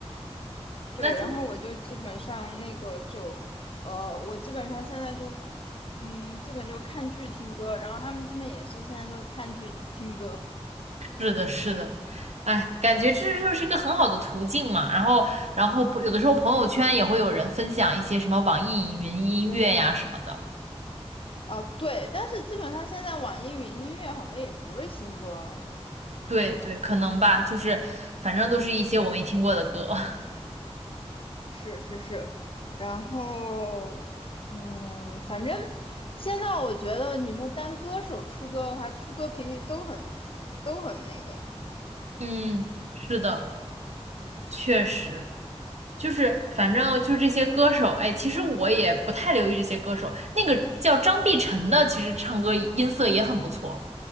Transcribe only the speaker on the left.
对，
然后我就基本上那个就，呃，我基本上现在就，嗯，基本就看剧听歌，然后他们基本也是现在都看剧听歌
啊，对，但是基本上现在网易云音乐很多也不是新歌了，
是是是，然后，嗯，反正现在我觉得你说单歌手出歌的话，出歌频率都很都很那个。